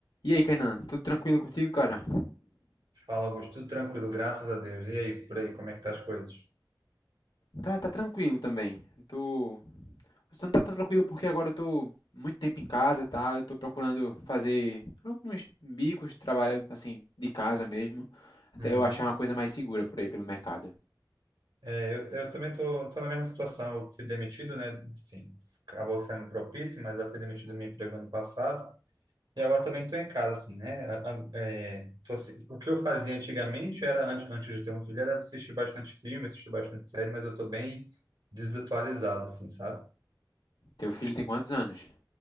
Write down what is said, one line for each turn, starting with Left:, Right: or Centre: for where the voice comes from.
Left: E aí, Kainan, tudo tranquilo contigo, cara?
Right: Fala, Augusto. Tudo tranquilo, graças a Deus. E aí, por aí, como é que tá as coisas?
Left: Tá, tá tranquilo também. Eu Tô... Só não tá tão tranquilo porque agora eu tô muito tempo em casa, tá? Eu tô procurando fazer alguns bicos, trabalho assim, de casa mesmo, até
Right: Uhum.
Left: eu achar uma coisa mais segura por aí pelo mercado.
Right: É, eu, eu também tô, tô na mesma situação. Eu fui demitido, né? Sim, acabou sendo propício, mas eu fui demitido do meu emprego ano passado. E agora também tô em casa, assim, né? A- a- é, tô assi- o que eu fazia antigamente era, antes, antes de ter um filho, era assistir bastante filme, assistir bastante série, mas eu tô bem desatualizado, assim, sabe?
Left: Teu filho tem quantos anos?